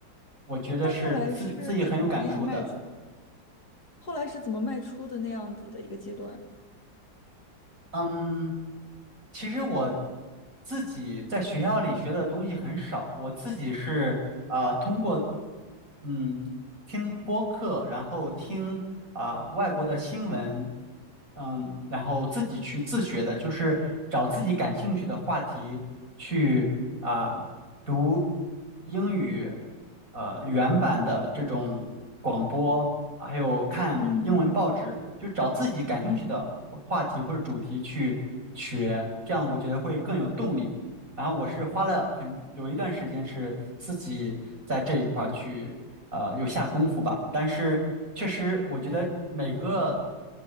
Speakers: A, on the right (about 45°); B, on the left (about 55°).
A: 我觉得是自自己很有感触的，
B: 那后来是怎么样迈出？后来是怎么迈出的那样子的一个阶段？
A: 嗯，其实我自己在学校里学的东西很少，我自己是啊、通过嗯听播客，然后听啊、外国的新闻，嗯，然后自己去自学的，就是找自己感兴趣的话题去啊、读英语呃原版的这种广播，啊还有看英文报纸，
B: 嗯，
A: 就找自己感兴趣的话题或者主题去学，这样我觉得会更有动力。然后我是花了很有一段时间是自己在这一块儿去呃有下功夫吧，但是确实我觉得每个